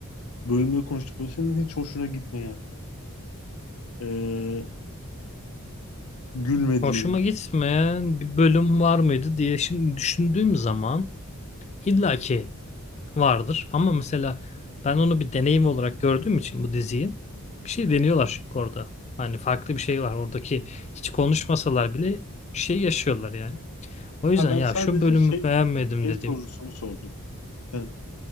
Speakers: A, on the left; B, on the left.
A: bölümleri konuştuk. Böyle senin hiç hoşuna gitmeyen e, gülmediğim.
B: hoşuma gitmeyen bir bölüm var mıydı diye şimdi düşündüğüm zaman İlla ki vardır ama mesela ben onu bir deneyim olarak gördüğüm için bu diziyi bir şey deniyorlar çünkü orada. Hani farklı bir şey var. Oradaki hiç konuşmasalar bile bir şey yaşıyorlar yani. O
A: Ha
B: yüzden
A: ben
B: ya
A: sadece
B: şu bölümü
A: şey
B: beğenmedim
A: şey
B: dediğim
A: sorusunu sordum. Yani